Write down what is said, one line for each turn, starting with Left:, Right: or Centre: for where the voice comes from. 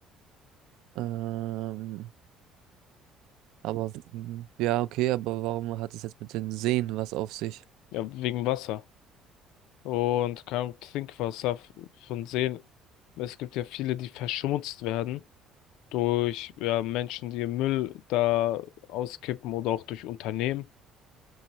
Right: Ähm, aber mm, ja, okay, aber warum hat es jetzt mit den Seen was auf sich?
Left: Ja, wegen Wasser. Und kein Trinkwasser f- von Seen. Es gibt ja viele, die verschmutzt werden durch ja, Menschen, die Müll da auskippen oder auch durch Unternehmen.